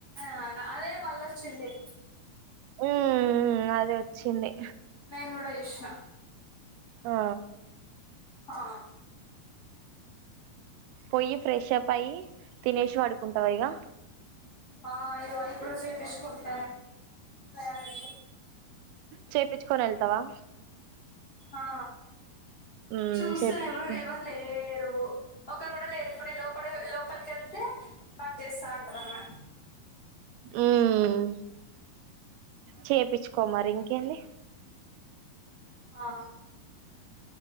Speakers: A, on the left; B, on the right.
A: ఆ అదే మళ్ళొచ్చింది
B: ఉమ్ అది వచ్చింది
A: నేను కూడా చూస్న
B: ఆ
A: ఆ
B: పోయి ఫ్రెషప్ అయ్య తినేసి పడుకుంటావ ఇక
A: ఆ అయ్యో ఇప్పుడు చేయిపించుకుంట అనే
B: చేయిచ్చుకొని వెళ్తావా
A: ఆ
B: ఉమ్
A: చూసా
B: చేపిచ్చుకో
A: ఎవరు ఎవరు లేరు ఒకరు కూడా లేరు ఇప్పుడు నే లోపల లోపలికి వెళ్తే మాకు చేస్తా ఉంటారామా
B: ఉమ్ చేపించుకో మరి ఇంకేంటి
A: ఆ